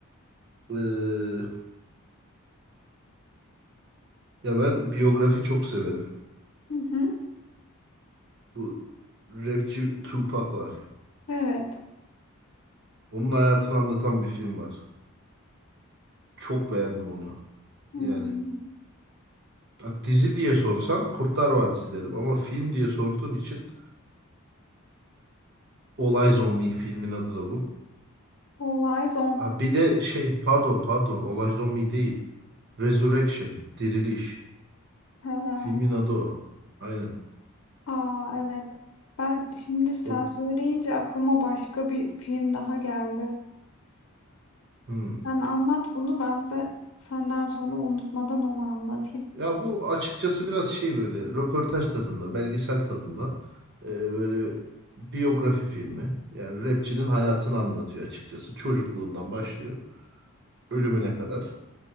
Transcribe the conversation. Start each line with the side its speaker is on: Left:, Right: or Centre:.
Right: ee, ya ben biyografi çok severim.
Left: Hı hı.
Right: Bu rapçi Tupac var.
Left: Evet.
Right: Onun hayatını anlatan bir film var. Çok beğendim onu.
Left: Hmm.
Right: Yani ha, dizi diye sorsan Kurtlar Vadisi derim ama film diye sorduğun için All Eyes on Me filmin adı da bu.
Left: All Eyes
Right: Ha, bir de şey pardon pardon olay zombi değil. Resurrection diriliş.
Left: Ha.
Right: Filmin adı o. Aynen.
Left: Aa evet. Ben şimdi sen
Right: O,
Left: söyleyince aklıma başka bir film daha geldi.
Right: hmm.
Left: Sen anlat bunu ben de senden sonra unutmadan onu anlatayım.
Right: Ya bu açıkçası biraz şey böyle röportaj tadında, belgesel tadında e, böyle biyografi filmi. Yani rapçinin hayatını anlatıyor açıkçası. Çocukluğundan başlıyor ölümüne kadar.